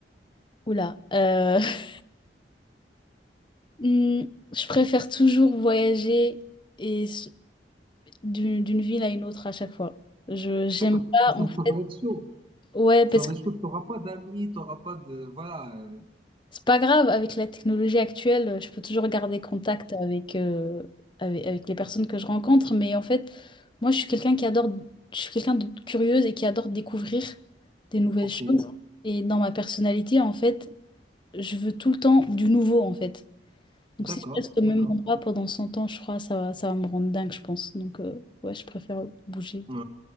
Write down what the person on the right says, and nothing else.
D'accord.
Ça,
ça va être chaud.
Ça
va
être chaud. T'auras pas d'amis, t'auras pas de... Voilà. euh,
ok.
D'accord.
D'accord.
Ouais.